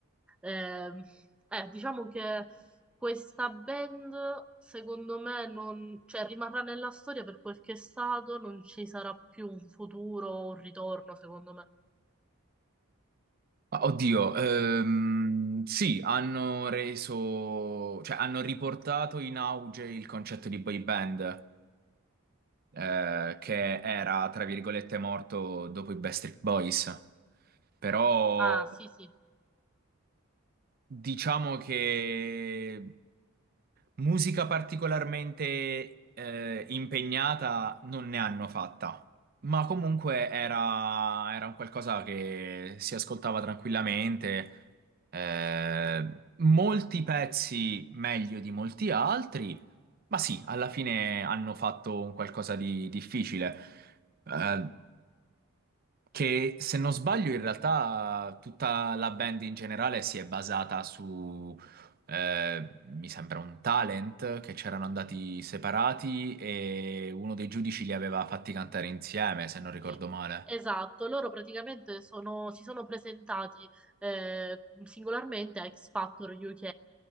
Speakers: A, in the centre; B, on the right.
A: ehm, eh, diciamo che questa band, secondo me, non, cioè, rimarrà nella storia per quel che è stato, non ci sarà più un futuro o un ritorno, secondo me.
B: Ma oddio, ehm, sì, hanno reso, cioè hanno riportato in auge il concetto di boy band, eh, che era, tra virgolette, morto dopo i Backstreet Boys. Però
A: Ah, sì, sì.
B: Diciamo che musica particolarmente eh, impegnata non ne hanno fatta, ma comunque era, era un qualcosa che si ascoltava tranquillamente. eh, molti pezzi meglio di molti altri, ma sì, alla fine hanno fatto un qualcosa di difficile. Eh, che se non sbaglio, in realtà tutta la band in generale si è basata su, eh, mi sembra, un talent che c'erano andati separati e uno dei giudici li aveva fatti cantare insieme, se non ricordo
A: Sì,
B: male.
A: Esatto, loro praticamente sono- si sono presentati eh, singolarmente a X Factor UK